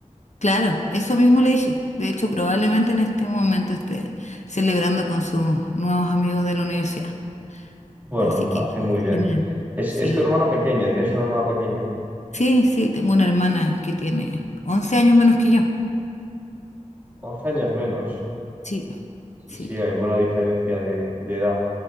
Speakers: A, on the left; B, on the right.
A: Claro, eso mismo le dije. De hecho, probablemente en este momento esté celebrando con sus nuevos amigos de la universidad.
B: Bueno,
A: Así que
B: hace
A: ge-
B: muy bien.
A: genial.
B: Es,
A: Sí,
B: es tu hermana pequeña, tienes una hermana pequeña,
A: sí, sí, tengo una hermana que tiene 11 años menos que yo.
B: 11 años menos.
A: Sí,
B: Sí,
A: sí.
B: sí, hay buena diferencia de, de edad.